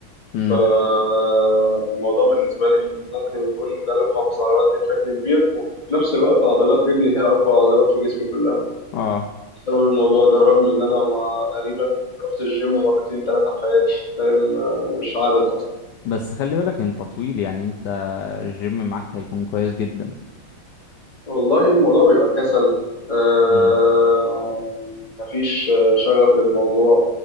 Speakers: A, on the left; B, on the left.
A: امم
B: فالموضوع بالنسبة لي ممكن يكون ده اللي محافظ على وزني بشكل كبير وفي نفس الوقت عضلات رجلي هي أقوى عضلات في جسمي كلها
A: اه
B: بسبب الموضوع ده رغم إن أنا ما تقريبا رحت الجيم مرتين ثلاثة في حياتي فاهم آه، مش عدد أصلا
A: بس خلي بالك انت طويل يعني انت الجيم معاك هيكون كويس جدا
B: والله الموضوع بيبقى كسل آه،
A: امم
B: مفيش آه، شغف للموضوع